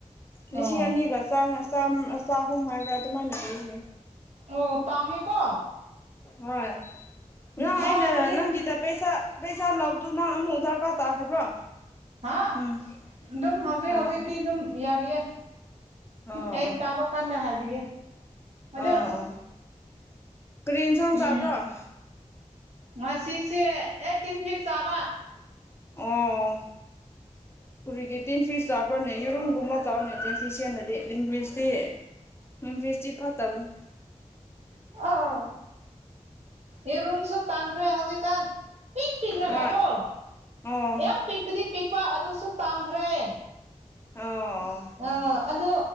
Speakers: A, on the left; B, on the right.
A: ꯂꯤꯁꯤꯡ
B: ꯑꯣ
A: ꯑꯅꯤꯒ ꯆꯥꯅ ꯆꯥꯝ ꯑꯥ ꯆꯥꯍꯨꯝ ꯍꯥꯏꯕ꯭ꯔ ꯑꯗꯨꯃꯥꯏꯅ ꯍꯥꯏꯌꯦ ꯒꯌꯦ
B: ꯑꯣ ꯇꯥꯡꯉꯦꯀꯣ
A: ꯍꯣꯏ ꯅꯪ
B: ꯊꯥ
A: ꯑꯩꯅ
B: ꯈꯨꯗꯤꯡ
A: ꯅꯪꯒꯤꯗ ꯄꯩꯁꯥ ꯄꯩꯁꯥ ꯂꯧꯕꯗꯨ ꯅꯪ ꯑꯃꯨꯛ ꯗ꯭ꯔꯀꯥꯔ ꯇꯥꯈ꯭ꯔꯕ꯭ꯔꯣ
B: ꯍꯥ
A: ꯎꯝ
B: ꯑꯗꯨꯝ ꯍꯧꯖꯤꯛ
A: ꯑꯥ
B: ꯍꯧꯖꯤꯛꯇꯤ ꯗꯨꯝ ꯌꯥꯔꯤꯌꯦ
A: ꯑꯣ ꯑꯣ
B: ꯑꯩ ꯇꯥꯕ ꯀꯥꯟꯗ ꯍꯥꯏꯕꯤꯒꯦ
A: ꯑꯣ
B: ꯑꯗꯨ
A: ꯑꯣ ꯀꯔꯤ ꯌꯦꯟꯁꯥꯡ ꯆꯥꯕ꯭ꯔꯣ
B: ꯎꯝ ꯉꯁꯤꯁꯦ ꯑꯦ ꯇꯤꯟꯐꯤꯁ ꯆꯥꯕ
A: ꯑꯣ ꯀꯨꯔꯤꯒꯤ ꯇꯤꯟꯐꯤꯁ ꯆꯥꯕ꯭ꯔꯣꯅꯦ ꯌꯦꯔꯨꯝꯒꯨꯝꯕ ꯆꯥꯎꯅꯦ ꯇꯦꯟꯐꯤꯁ ꯍꯦꯟꯅꯗꯤ ꯇꯤꯟꯐꯤꯁꯇꯤ ꯇꯤꯟꯐꯤꯁꯇꯤ ꯐꯠꯇꯕꯅꯦ
B: ꯑꯣ ꯌꯦꯔꯨꯝꯁꯨ ꯇꯥꯡꯈ꯭ꯔꯦ ꯍꯧꯖꯤꯛꯀꯥꯟ ꯄꯤꯛ ꯄꯤꯛꯔꯒꯀꯣ
A: ꯍꯣꯏ ꯑꯣ
B: ꯌꯥꯝ ꯄꯤꯛꯄꯗꯤ ꯄꯤꯛꯄ ꯑꯗꯨꯁꯨ ꯇꯥꯡꯈ꯭ꯔꯦ
A: ꯑꯥ ꯑꯣ
B: ꯑꯥ ꯑꯗꯨ